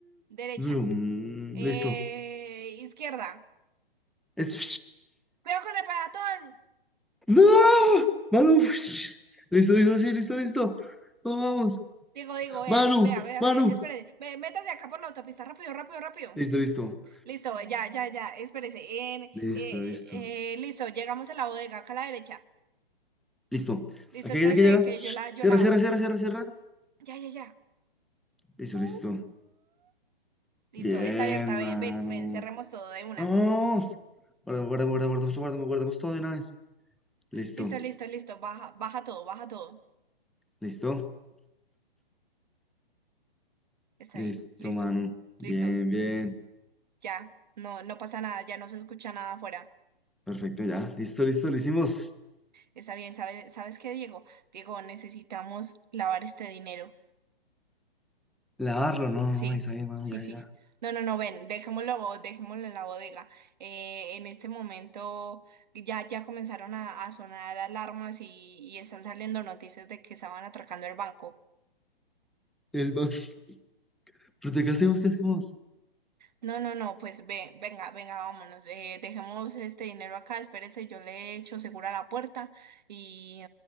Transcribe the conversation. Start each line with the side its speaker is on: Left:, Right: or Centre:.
Right: Derecha.
Centre: Vroom,
Right: Eh,
Centre: Listo.
Right: izquierda.
Centre: Es...
Right: ¡Cuidado con el peatón!
Centre: ¡No! ¡Manu! Listo, listo, sí, listo, listo. Vamos, vamos.
Right: Diego, Diego, vea,
Centre: ¡Manu!
Right: vea, vea,
Centre: ¡Manu!
Right: vea. Espérese. Ve- métase acá por la autopista. Rápido, rápido, rápido.
Centre: Listo, listo.
Right: Listo, ya, ya, ya. Espérese. En-
Centre: Listo,
Right: eh,
Centre: listo.
Right: eh, listo, llegamos a la bodega. Acá a la derecha.
Centre: Listo.
Right: Listo,
Centre: Aquí,
Right: espérese
Centre: aquí, aquí llega.
Right: que yo la, yo
Centre: Cierra,
Right: la
Centre: cierra,
Right: abro.
Centre: cierra, cierra, cierra.
Right: Ya, ya, ya.
Centre: Listo,
Right: Uh,
Centre: listo.
Right: Listo,
Centre: Bien,
Right: está abierta. Ven,
Centre: Manu.
Right: ven, ven. Cerremos todo de una.
Centre: Vamos. Guardamos, guardamos, guardamos, guardamos, guardamos todo de una vez. Listo,
Right: Listo, listo, listo. Baja, baja todo, baja todo.
Centre: listo,
Right: Está
Centre: listo,
Right: bien. Listo,
Centre: mano.
Right: listo.
Centre: Bien, bien.
Right: Ya. No, no pasa nada, ya no se escucha nada afuera.
Centre: Perfecto, ya. Listo, listo, lo hicimos.
Right: Está bien, ¿sabes, sabes qué, Diego? Diego, necesitamos lavar este dinero.
Centre: Lavarlo, no, no,
Right: Sí,
Centre: no, está bien, mano,
Right: sí,
Centre: ya,
Right: sí.
Centre: ya.
Right: No, no, no, ven, dejémoslo, dejémoslo en la bodega. Eh, en este momento ya, ya comenzaron a, a sonar alarmas y, y están saliendo noticias de que estaban atracando el banco.
Centre: El ba- <laughs> ¿Pero de qué hacemos? ¿Qué hacemos?
Right: No, no, no, pues ven, venga, venga, vámonos. eh, dejemos este dinero acá, espérese, yo le echo segura la puerta y,